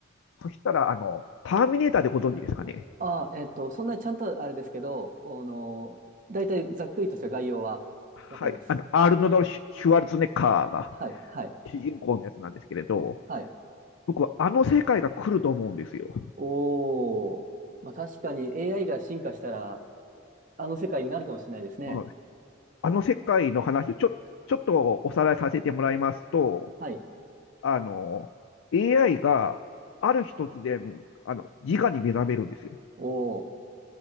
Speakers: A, on the left; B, on the right.
A: そしたら、あの、ターミネーターでご存知ですかね。
B: あーえっと、そんなにちゃんとあれですけど、あのー、大体ざっくりとした概要はわかります。
A: はい。あの、アールノルド・シュワルツェネッカーが
B: はい、はい、
A: 主人公のやつなんですけれど、
B: はい。
A: 僕はあの世界が来ると思うんですよ。
B: おー。まあ確かに AI が進化したら、あの世界になるかもしれないですね。
A: うん。あの世界の話をちょ、ちょっとおさらいさせてもらいますと、
B: はい。
A: あの、AI がある日突然、あの、自我に目覚めるんですよ。
B: おー。